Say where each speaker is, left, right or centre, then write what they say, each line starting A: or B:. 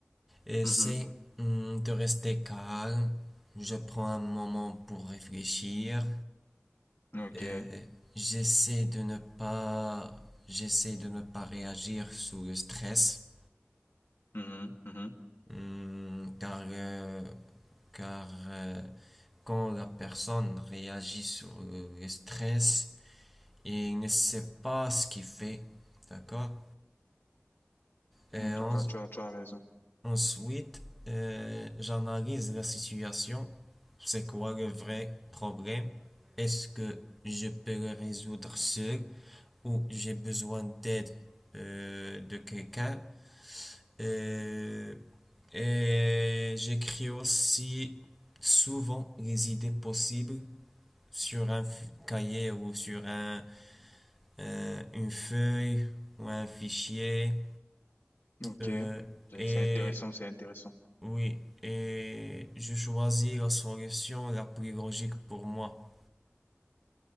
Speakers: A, in the centre; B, on the left.
A: euh,
B: Mhm.
A: c'est hum, de rester calme. Je prends un moment pour réfléchir.
B: Ok.
A: Euh, j'essaie de ne pas, j'essaie de ne pas réagir sous le stress,
B: Mhm, mhm.
A: Hmm, car, euh, car euh, quand la personne réagit sur le, le stress, il ne sait pas ce qu'il fait, d'accord? Et
B: En tout
A: en-
B: cas, tu as, tu as raison.
A: ensuite, euh, j'analyse la situation. C'est quoi le vrai problème? Est-ce que je peux le résoudre seul? ou j'ai besoin d'aide euh, de quelqu'un. Euh, et j'écris aussi souvent les idées possibles sur un cahier ou sur un, un- une feuille ou un fichier.
B: Ok.
A: Euh,
B: C'est
A: et
B: c'est intéressant, c'est intéressant.
A: oui, et je choisis la solution la plus logique pour moi.